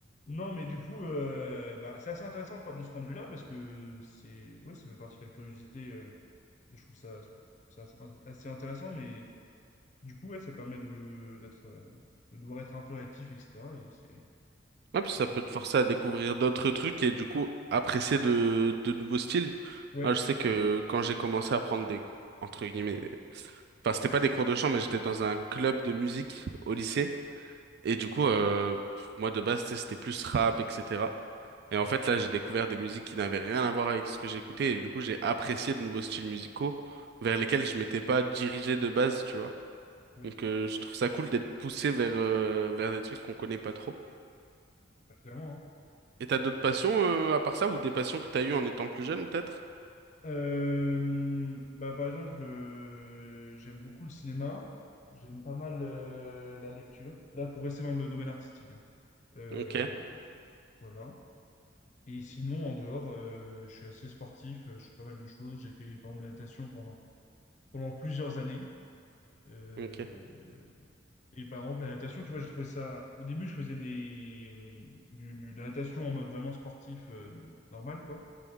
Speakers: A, on the left; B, on the right.
A: Non, mais du coup, euh, bah, c'est assez intéressant par- de ce point de vue-là, parce que c'est ouais, ça fait partie de la curiosité, euh, et je trouve ça, ça assez intéressant, mais du coup, ouais, ça permet de d'être euh, de devoir être un peu actif, etc. Et c'est
B: Ouais, puis
A: c'est
B: ça
A: sympa.
B: peut te forcer à découvrir d'autres trucs et du coup apprécier de, de nouveaux styles.
A: Ouais,
B: Moi, je sais que quand j'ai commencé à prendre des, entre guillemets, des- enfin, c'était pas des cours de chant, mais j'étais dans un club de musique au lycée. Et du coup, euh, moi, de base, tu sais, c'était plus rap, etc. Et
A: ouais.
B: en fait, là, j'ai découvert des musiques qui n'avaient rien à voir avec ce que j'écoutais. Et du coup, j'ai apprécié de nouveaux styles musicaux vers
A: Mhm.
B: lesquels je m'étais pas dirigé de base, tu vois.
A: Ouais.
B: Donc, euh, je trouve ça cool d'être poussé vers, euh, vers des trucs qu'on connaît pas trop.
A: Bah, clairement. hein.
B: Et t'as d'autres passions euh, à part ça ou des passions que t'as eues en étant plus jeune peut-être?
A: Euh, bah, par exemple, euh, j'aime beaucoup le cinéma, j'aime pas mal euh, la lecture. Là, pour rester dans le domaine artistique. hein. Euh,
B: Ok,
A: voilà. Et sinon, en dehors, euh, je suis assez sportif, euh, je fais pas mal de choses. J'ai fait, par exemple, la natation pendant, pendant plusieurs années. Euh,
B: ok.
A: et par exemple, la natation, tu vois, j'ai trouvé ça. Au début, je faisais des, hum, du, du- de la natation en mode vraiment sportif, euh, normal, quoi.